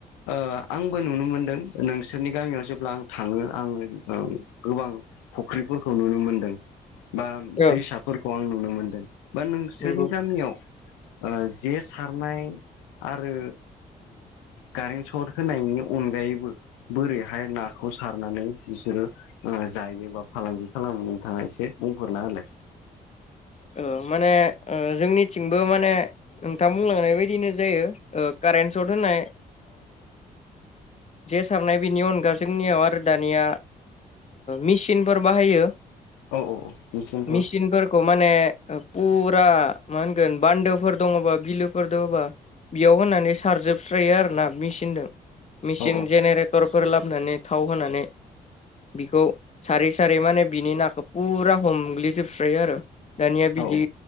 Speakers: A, on the left; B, on the left.
A: ओ आंबो नुनो मोनदों नोंसोरनि गामियाव जेब्ला आं थाङो आङो गोबां फुख्रिफोरखौ नुनो मोनदों। बा
B: औ
A: दैसाफोरखौ आं नुनो मोनदों बा नोंसोरनि
B: नंगौ
A: गामियाव जे सारनाय आरो कारेन्ट सर्ट होनायनि अनगायैबो बोरैहाय ना बे खौ सारनानै बिसोरो जायो बा फालांगि खालामनानैोंथाङा एसे बुंफोररना होलाय <inaudible>
B: ओ माने ओ जोंनिथिंबो माने नोंथां बुंलांनाय बायदिनो जायो। ओ कारेन्ट सट होनाय जे सारनाय बेनि अनगा जोंनियाव आरो दानिया मेसिनफोर बाहायो।
A: औ औ निसिमफुर
B: मेचिनफोरखौ माने फुरा मा होनगोन बान्दोफोर दङबा बिलोफोर दङबा बेयाव होननानै सारजोबस्रायो आरोोना मेचिनजों मेचिन
A: औ
B: जेनेरेटरफोर लाबोनानै थाव होनानै बिखौ सारै सारै माने बिनि नाखौ फुरा हमग्लिजोबस्रायो आरो। दानिया बिदि
A: औ